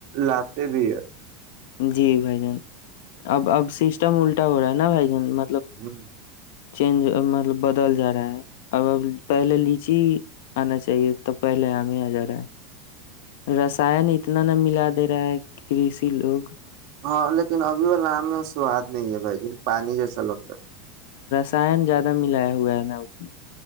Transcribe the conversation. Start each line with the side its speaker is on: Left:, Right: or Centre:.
Right: لاتے بھی ہے
Left: جی بھائی جان اب اب سسٹم الٹا ہو رہا ہےا بائی ج م
Right: ہوں
Left: چینج مطلب بدل جا رہا ہے اب اب پہلے لیچی آنا چاہیے تب پہلے آم آ جا رہا ہے رسائن اتنا نہ ملا دے رہا ہے کرسی لوگ
Right: ہاں لیکن ابھی والا آم میں سواد نہیں ہے بھ ج پانی جیسا لگتا
Left: سان زیادہ ملایا ہوا ہے نا اس میں